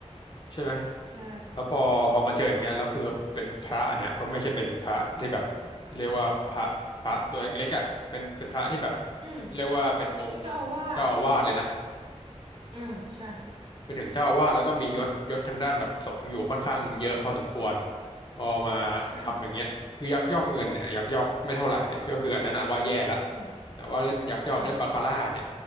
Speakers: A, on the left; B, on the right.
A: ใช่ไหม
B: ใช่
A: แล้วพอพอมาเจออย่างเงี้ยแล้วคือเป็นพระเนี่ยก็ไม่ใช่เป็นพระที่แบบเรียกว่าพระพระตัวเล็กๆอ่ะเป็นเป็นพระที่แบบ
B: อืม
A: เรียกว่าเป็นองค์
B: เจ้าอาวาส
A: เจ้าอาวาสเลยนะ
B: อ่าใช่
A: เป็นถึงเจ้าอาวาสแล้วก็มียศยศทางด้านแบบสงฆ์อยู่ค่อนข้างเยอะพอสมควรพอมาทำอย่างเงี้ยคือยักยอกเงินเนี่ยยักยอกไม่เท่าไหร่ก็คืออันนั้นอะว่าแย่ละ
B: ใช่ค่ะอืม
A: แต่ว่าเล่นยักยอกเล่นบาคาร่าเนี่ย
B: อ่า